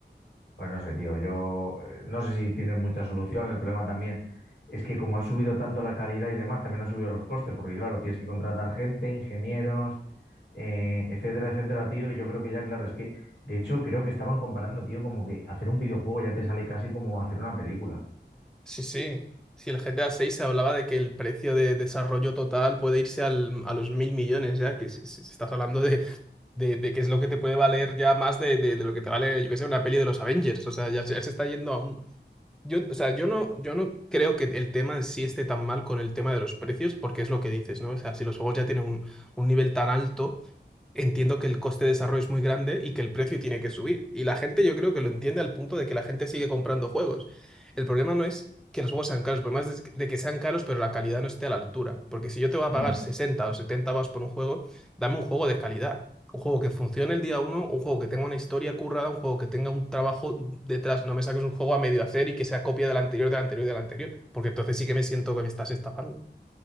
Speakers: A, on the left; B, in the centre.
A: pues no sé, tío, yo eh, no sé si tienen mucha solución. El problema también es que como han subido tanto la calidad y demás, también han subido los costes, porque claro, tienes que contratar gente, ingenieros, eh, etcétera, etcétera, tío. Y yo creo que ya, claro, es que, de hecho, creo que estaban comparando, tío, como que hacer un videojuego ya te sale casi como hacer una película.
B: Sí, sí. Si el GTA seis se hablaba de que el precio de desarrollo total puede irse al- a los mil millones, ya que si- si- si estás hablando de, de, de qué es lo que te puede valer ya más de, de- de lo que te vale, yo qué sé, una peli de los Avengers. O sea, ya, se ya se está yendo a un. Yo, o sea, yo no, yo no creo que el tema en sí esté tan mal con el tema de los precios, porque es lo que dices, ¿no? O sea, si los juegos ya tienen un, un nivel tan alto, entiendo que el coste de desarrollo es muy grande y que el precio tiene que subir. Y la gente yo creo que lo entiende al punto de que la gente sigue comprando juegos. El problema no es que los juegos sean caros, el problema es de que sean caros pero la calidad no esté a la altura. Porque si yo te voy a
A: Mm.
B: pagar 60 o 70 vas por un juego, dame un juego de calidad. Un juego que funcione el día uno, un juego que tenga una historia currada, un juego que tenga un trabajo detrás. No me saques un juego a medio hacer y que sea copia del anterior, del anterior y del anterior. Porque entonces sí que me siento que me estás estafando.